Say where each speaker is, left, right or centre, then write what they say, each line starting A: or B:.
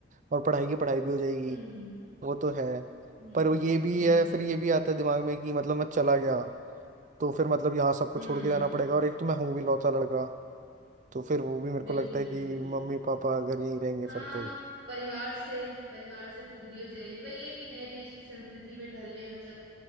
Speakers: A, on the right (about 45°); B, on the right (about 65°).
A: और पढ़ाई की पढ़ाई भी हो जाएगी
B: हम्म हम्म
A: वो तो है
B: हम्म,
A: पर वो ये
B: बिल्कुल
A: भी है
B: बिल्कुल
A: फिर
B: बिल्कुल
A: ये भी आता है दिमाग में कि मतलब मैं चला गया तो फिर मतलब यहाँ सब कुछ
B: हम्म
A: छोड़ के जाना पड़ेगा और एक तो मैं हूँ भी लौता लड़का तो फिर वो भी मेरे को
B: बिल्कुल
A: लगता है
B: बिल्कुल
A: कि
B: बिल्कुल
A: मम्मी पापा अगर यहीं रहेंगे
B: हाँ
A: फिर तो
B: परिवार से परिवार से दूरी हो जाएगी वही है कि नए देश की संस्कृति में ढलने मतलब